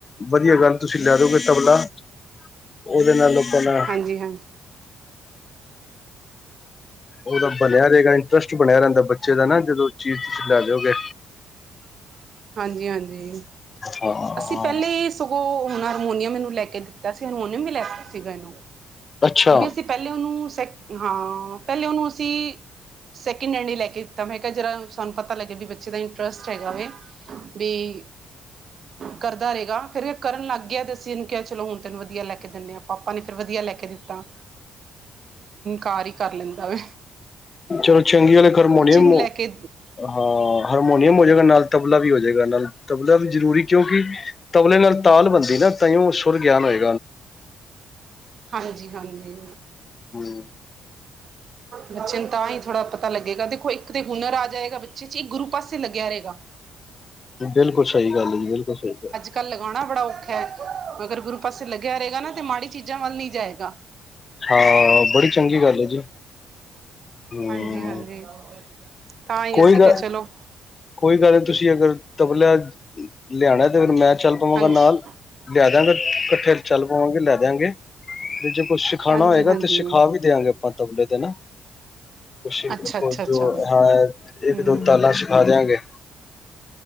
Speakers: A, on the left; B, on the right.
A: ਵਧੀਆ ਗੱਲ ਤੁਸੀਂ ਲੈ ਦੋਗੇ ਤਬਲਾ ਉਹਦੇ ਨਾਲ ਆਪਾਂ ਨਾਲ
B: ਹਾਂਜੀ ਹਾਂਜੀ।
A: ਉਹਦਾ ਬਣਿਆ ਰਹੇਗਾ ਇੰਟਰਸਟ ਬਣਿਆ ਰਹਿੰਦਾ ਬੱਚੇ ਦਾ ਨਾ ਜਦੋਂ ਚੀਜ਼ ਤੁਸੀਂ ਲੈ ਲਓਗੇ।
B: ਹਾਂਜੀ ਹਾਂਜੀ
A: ਹਾਂ
B: ਅਸੀਂ ਪਹਿਲੇ ਸਗੋਂ ਹੁਣ ਹਰਮੋਨੀਅਮ ਇਹਨੂੰ ਲੈ ਕੇ ਦਿੱਤਾ ਸੀ ਹਰਮੋਨੀਅਮ ਵੀ ਲੈ ਸੀਗਾ ਇਹਨੂੰ
A: ਅੱਛਾ
B: ਉਹ ਵੀ ਅਸੀਂ ਪਹਿਲੇ ਉਹਨੂੰ ਸੈ ਹਾਂ ਪਹਿਲੇ ਉਹਨੂੰ ਅਸੀਂ ਸੈਕਿੰਡਡ ਲਈ ਲੈ ਕੇ ਦਿੱਤਾ ਮ ਹੈਗਾ ਜਿਹ ਸਾਨੂੰ ਪਤਾ ਲੱਗੇਗਾ ਵੀ ਬੱਚੇ ਦਾ ਇੰਟਰਸਟ ਹੈਗਾਵੇ। ਵੀ ਕਰਦਾ ਰਹੇਗਾ ਫੇਰ ਕਰਨ ਲੱਗ ਗਿਆ ਤੇ। ਕਿਹਾ ਚੱਲ ਹੁਣ ਤੈਨੂੰ ਵਧੀਆ ਲੈ ਕੇ ਦਿੰਨੇ। ਦਿੰਦੇ ਆ ਪਾਪਾ ਨੇ ਫਿਰ ਵਧੀਆ ਲੈ ਕੇ ਦਿੱਤਾ ਘਰ ਹੀ ਕਰ ਲੈਂਦਾ ਵਾ।
A: ਚਲੋ ਚੰਗੀ ਵਾਲੇ ਗਰਮਾਉਣੇ ਆੂੰ
B: ਨੂੰ ਲੈ ਕੇ
A: ਹਾਂ ਹਾਰਮੋਨੀਅਮ ਹੋ ਜਾਏਗਾ ਨਾਲ ਤਬਲਾ ਵੀ ਹੋ ਜਾਏਗਾ ਨਾਲ ਤਬਲਾ ਵੀ ਜ਼ਰੂਰੀ ਕਿਉਂਕਿ ਤਬਲੇ ਨਾਲ ਤਾਲ ਬਣਦੀ ਨਾ ਤਾਂ ਸੁਰ ਗਿਆਨ ਹੋਏ।
B: ਹਾਂਜੀ ਹਾਂਜੀ।
A: ਹੂੰ
B: ਬੱਚੇ ਨੂੰ ਤਾਂ ਹੀ ਥੋੜ੍ਹਾ ਪਤਾ ਲੱਗੇਗਾ ਦੇਖੋ ਇੱਕ ਤੇ ਹੁਨਰ ਆ ਜਾਏਗਾ ਬੱਚੇ ਚ ਇਹ ਗੁਰੂ ਪਾਸੇ ਲੱਗਿਆ ਰਹੇਗਾ।
A: ਬਿਲਕੁਲ ਸਹੀ ਗੱਲ ਹੈ ਜੀ ਬਿਲਕੁਲ ਸਹੀ ਗੱਲ।
B: ਕੱਲ ਲਗਾਉਣਾ ਬੜਾ ਔਖਾ ਹੈ ਅਗਰ ਗੁਰੂ ਪਾਸੇ ਲੱਗਿਆ ਰਹੇਗਾ ਨਾ ਤੇ ਮਾੜੀ ਚੀਜ਼ਾਂ ਵੱਲ ਨੀ ਜਾਏਗਾ।
A: ਹਾਂ ਬੜੀ ਚੰਗੀ ਗੱਲ ਜੀ। ਹੂੰ
B: ਹਾਂਜੀ ਹਾਂਜੀ ਤਾਂ ਹੀ
A: ਕੋਈ
B: ਅਸੀਂ
A: ਗੱਲ
B: ਕ ਚਲੋ
A: ਕੋਈ ਗੱਲ ਨਹੀਂ ਤੁਸੀਂ ਅਗਰ ਤਬਲਿਆ ਲਿਆਣਾ ਤੇ ਫ ਮੈਂ ਚੱਲ ਪਾਵਾਂਗਾ
B: ਹਾਂਜੀ
A: ਨਾਲ। ਲੈ ਦਿਆਂਗਾ ਇਕੱਠੇ ਚੱਲ ਪਾਵਾਂਗੇ ਲੈ ਦਿਆਂਗੇ ਤੇ ਜੇ ਕੁਛ ਸਿਖਾਣਾ
B: ਹਾਂਜੀ
A: ਹੋਏਗਾ
B: ਹਾਂਜੀ
A: ਤੇ ਸਿਖਾ ਵੀ ਦਿਆਂਗੇ ਆਪਾਂ ਤਬਲੇ ਦੇ ਨਾ। ਕੁਛ
B: ਅੱਛਾ ਅੱਛਾ ਅੱਛਾ
A: ਜੋ ਹਾਂ ਇੱਕ
B: ਹਮ
A: ਦੋ ਤਾਲਾ ਛਿਖਾ ਦਿਆਂਗੇ।